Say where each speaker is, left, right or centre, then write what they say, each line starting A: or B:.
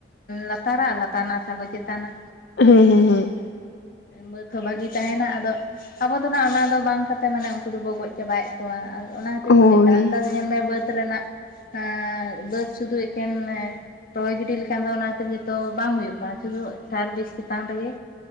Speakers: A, on the left; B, on the left.
A: ᱞᱟᱛᱟᱨᱟ ᱞᱟᱛᱟᱨ ᱨᱮᱱᱟᱜ ᱦᱟᱥᱟ ᱠᱚ ᱪᱮᱛᱟᱱᱟ᱾
B: ᱦᱮᱸ ᱦᱮᱸ ᱦᱮᱸ᱾
A: ᱵᱟᱹᱫ ᱦᱚᱸ ᱵᱷᱟᱹᱜᱤ ᱛᱟᱦᱮᱸᱱᱟ ᱟᱫᱚ ᱟᱵᱚ ᱫᱚ ᱱᱟᱸᱜ ᱚᱱᱟ ᱫᱚ ᱵᱟᱝ ᱠᱟ ᱛᱟ ᱢᱟᱱᱮ ᱩᱝᱠᱩ ᱫᱚᱵᱚ ᱜᱚᱡ ᱪᱟᱵᱟᱭᱮᱫ ᱠᱚᱣᱟ ᱟᱨ ᱚᱱᱟ ᱠᱷᱟᱹᱛᱤᱨ
B: ᱦᱳᱭ
A: ᱛᱮ ᱪᱤᱠᱟᱹᱜ ᱠᱟᱱᱟ ᱱᱮᱛᱟᱨ ᱫᱚ ᱧᱮᱞ ᱢᱮ ᱵᱟᱹᱫ ᱨᱮᱱᱟᱜ ᱟᱸ ᱵᱟᱹᱫ ᱥᱩᱫᱷᱩ ᱮᱠᱷᱮᱱ ᱨᱚᱦᱚᱭ ᱜᱤᱰᱤ ᱞᱮᱠᱷᱟᱱ ᱫᱚ ᱚᱱᱟ ᱠᱷᱟᱹᱛᱤᱨ ᱜᱮᱛᱚ ᱵᱟᱝ ᱦᱩᱭᱩᱜ ᱠᱟᱱᱟ, ᱥᱩᱫᱷᱩ ᱥᱟᱨ ᱵᱤᱥ ᱪᱮᱛᱟᱱ ᱨᱮᱜᱮ